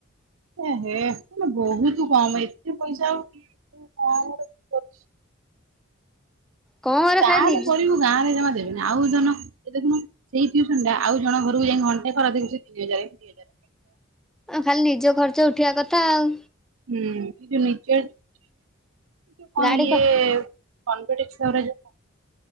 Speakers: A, on the right; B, in the centre.
A: ଏ ହେ ବହୁତ କମ ଏତେ ପଇସା ହଉ ଏତେ କମ କର।
B: କଣ କରେ
A: ଗାଁ
B: ଖାଲି ନିଜେ
A: ରେ ପଢିବୁ ଗାଁ ରେ ଜମା ଦେବୁନି ଆଉ ଜଣ ଏଇ ଦେଖୁନୁ ସେଇ ଟିଉସନ ଯା। ଆଉ ଜଣ ଘରକୁ ଯାଇ ଘଣ୍ଟ ଖରାଦଉଛି ତିନିଜାର ଦି ହଜାର।
B: ଖାଲି ନିଜ ଖର୍ଚ୍ଚ ଉଠିବା କଥା ଆଉ।
A: ହୁଁ କିନ୍ତୁ ନିଚେ କି କଣ
B: ଗାଡି
A: ଇଏ। କନ୍ପିଟିକ୍ସ। <unintelligible>